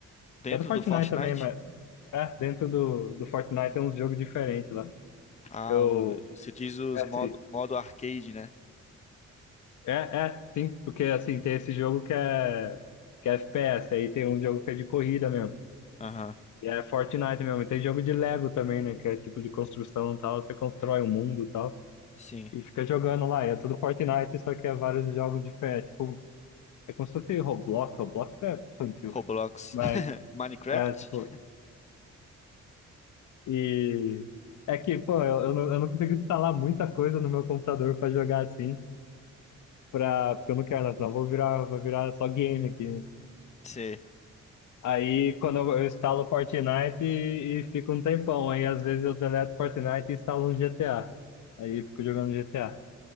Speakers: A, on the left; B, on the left.
A: Dentro
B: Que é do Fortnite
A: do Fortnite?
B: também, mas é, dentro do, do Fortnite tem uns jogos diferentes lá.
A: Ah,
B: Eu.
A: o, você diz os
B: É, assim,
A: modo, o modo arcade, né?
B: é, é, sim, porque assim, tem esse jogo que é, que é FPS, aí tem um jogo que é de corrida mesmo.
A: Aham.
B: E é Fortnite mesmo. E tem jogo de Lego também, né? Que é tipo de construção e tal. Você constrói um mundo e tal.
A: Sim.
B: E fica jogando lá. E é tudo Fortnite, só que é vários jogos diferentes. Tipo, é como se fosse Roblox. Roblox é infantil.
A: Roblox.
B: Mas
A: <laughs> Minecraft?
B: é, tipo, E é que, pô, eu, eu, não, eu não consigo instalar muita coisa no meu computador pra jogar assim, pra, porque eu não quero, né? Senão eu vou virar, vou virar só game aqui. né?
A: Sim.
B: Aí quando eu, eu instalo Fortnite e, e fico um tempão. Aí às vezes eu deleto Fortnite e instalo um GTA. Aí eu fico jogando GTA.